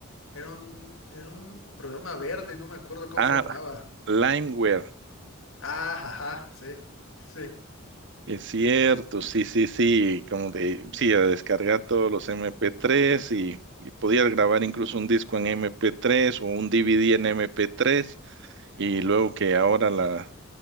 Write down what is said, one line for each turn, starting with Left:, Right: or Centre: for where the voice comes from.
Left: era un, era un programa verde, no me acuerdo cómo
Right: ah,
Left: se llamaba.
Right: LimeWare,
Left: Ah, ajá, sí, sí.
Right: Es cierto, sí, sí, sí, como de, sí, a descargar todos los MP3 y, y podías grabar incluso un disco en MP3 o un DVD en MP3 y luego que ahora la,